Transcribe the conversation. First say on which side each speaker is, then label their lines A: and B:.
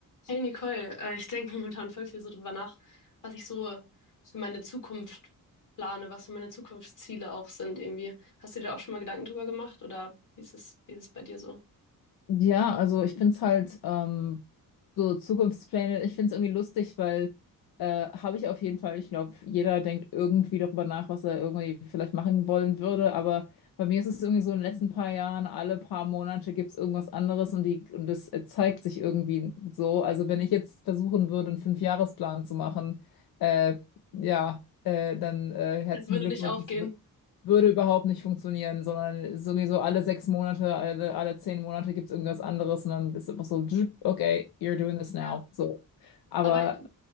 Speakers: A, on the left; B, on the left.
A: Hey Nicole, äh, ich denke momentan voll viel so drüber nach, was ich so für meine Zukunft plane, was so meine Zukunftsziele auch sind irgendwie. Hast du dir auch schon mal Gedanken drüber gemacht oder wie ist es, wie ist es bei dir so?
B: Ja, also ich finde es halt ähm, so Zukunftspläne, ich finde es irgendwie lustig, weil äh, habe ich auf jeden Fall. Ich glaube, jeder denkt irgendwie darüber nach, was er irgendwie vielleicht machen wollen würde. Aber bei mir ist es irgendwie so in den letzten paar Jahren, alle paar Monate gibt es irgendwas anderes und die und das zeigt sich irgendwie so. Also wenn ich jetzt versuchen würde, einen Fünfjahresplan zu machen, äh, ja, äh, dann äh, herzlichen
A: <laughs> Würde
B: Glückwunsch
A: nicht aufgehen.
B: würde überhaupt nicht funktionieren, sondern sowieso alle sechs Monate, alle, alle zehn Monate gibt es irgendwas anderes und dann ist einfach so, "Dzzt, okay, you're doing this now.
A: Ja.
B: So. Aber
A: Aber